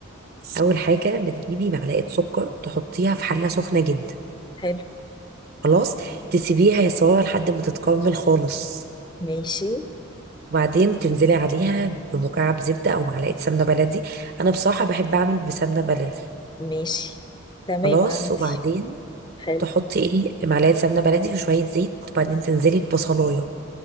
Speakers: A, on the right; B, on the left.
A: أول حاجة بتجيبي معلقة سكر تحطيها في حلة سخنة جدا
B: حلو
A: خلاص تسيبيها يا سارة لحد ما تتكرمل خالص
B: ماشي
A: وبعدين تنزلي عليها بمكعب زبدة أو معلقة سمنة بلدي أنا بصراحة بحب أعمل بسمنة بلدي
B: ماشي تمام
A: خلاص
B: عندي
A: وبعدين
B: حلو
A: تحطي ايه معلقة سمنة بلدي وشوية زيت وبعدين تنزلي ببصلاية